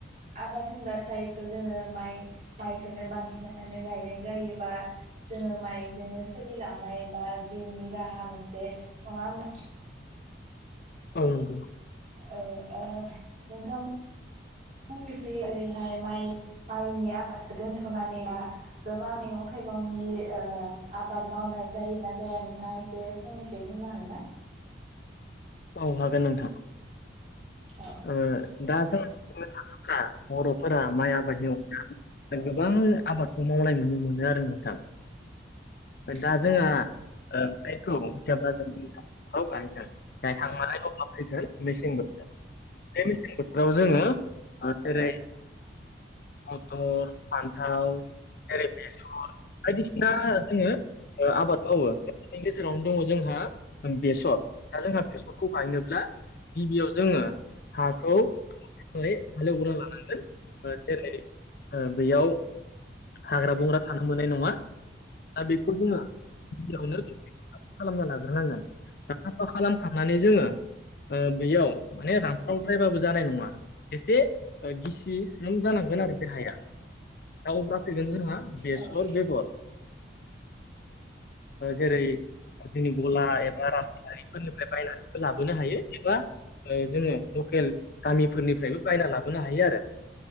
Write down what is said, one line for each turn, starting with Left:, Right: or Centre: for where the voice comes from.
Right: आबाद होनबाथायथ' जोङो माइ माइखोननो बांसिनानो गायनाय जायोबा जोङो माइजोंनो सोलिलांनाय बा जिउनि राहा मोनसे नङा होमबा।
Left: औ नंगौ।
Right: औ ओ नोंथां मोनिखै ओरैहाय माइ माइनि आबादखौ दोनथ'नानै बा गोबां मैगं थाइगंनि ओ आबाद मावनाय जायोना जाया नोंथाङा एसे फंनैसो बुंनो हागोन ना
Left: औ हागोन नोंथां
Right: औ
Left: ओ दा जोङो बुंनो थाङोब्ला बर'फोरा माइ आबादनि अ गोबां आबादखौ मावलनाय नुनो मोनो आरो नोंथां ओदा
Right: ओ
Left: जोंहा ओ माइखौ जेब्ला जों <unintelligible> गायगोन गायखांनानै अब्ला फैगोन मेसें बोथोर बे मेसें बोथोराव जोङो जेरै मथर फान्थाव जेरै बेसर बायदिसिना दा जोङो आबाद मावो बिनि गेजेरावनो दङ जोंहा बेसर दा जोंहा बेसरखौ गायनोब्ला गिबियाव जोङो हाखौ हालेगोरना लानांगोन जेरै बेयाव हाग्रा बंग्रा थानो मोननाय नङा दा बेखौ जोङो गिबियावनो खालामना लाग्रोनांगोन साफा खालामखांनानै जोङो बेयाव माने रानख्रावद्रायबाबो जानाय नङा एसे गिसि स्रोम जानांगोन आरो बे हाया दा अब्ला फैगोन जोंहा बेसर
Right: औ जेरै
Left: बेगर जेरै जोंनि गला एबा रासायनारि फोरनिफ्राय बायनानैबो लाबोनो हायो एबा जोङो लकेल गामिफोरनिफ्रायबो बायना लाबोनो हायो आरो